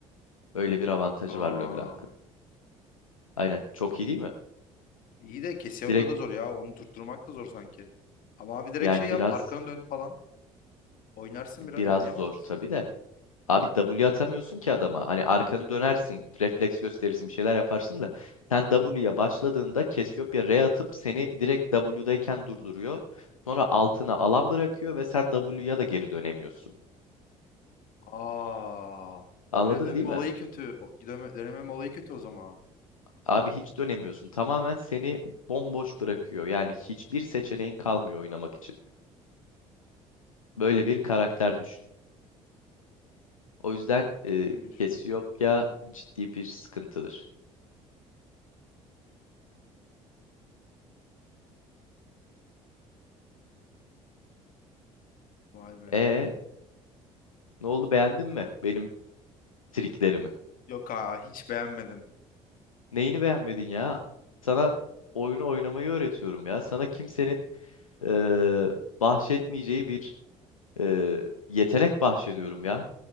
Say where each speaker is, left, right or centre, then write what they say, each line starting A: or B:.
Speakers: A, on the left; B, on the left.
A: Öyle bir avantajı
B: Aa,
A: var LeBlanc'ın. Aynen çok iyi değil mi?
B: iyi de Cassiopeia
A: Direkt
B: da zor ya. Onu tutturmak da zor sanki. Ama abi direkt
A: yani
B: şey yap.
A: biraz
B: Arkanı dön falan. Oynarsın
A: biraz
B: biraz. Oynayamaz
A: zor
B: mısın?
A: tabii de. Abi W atamıyorsun ki adama. Hani arkanı dönersin, refleks gösterirsin, bir şeyler yaparsın da. Sen W'ya başladığında Cassiopeia R atıp seni direkt W'dayken durduruyor. Sonra altına alan bırakıyor ve sen W'ya da geri dönemiyorsun.
B: Aa,
A: Anladın
B: W dönme
A: değil mi?
B: olayı kötü. O, dönme, dönemem olayı kötü o zaman.
A: Abi hiç dönemiyorsun. Tamamen seni bomboş bırakıyor. Yani hiçbir seçeneğin kalmıyor oynamak için. Böyle bir karakter düşün. O yüzden
B: Ha, Kötüymüş.
A: e, Cassiopeia ciddi bir sıkıntıdır.
B: Vay be.
A: E ne oldu beğendin mi benim triklerimi?
B: Yok ha hiç beğenmedim.
A: Neyini beğenmedin ya? Sana oyunu oynamayı öğretiyorum ya. Sana kimsenin e, bahşetmeyeceği bir e, yetenek bahşediyorum ya.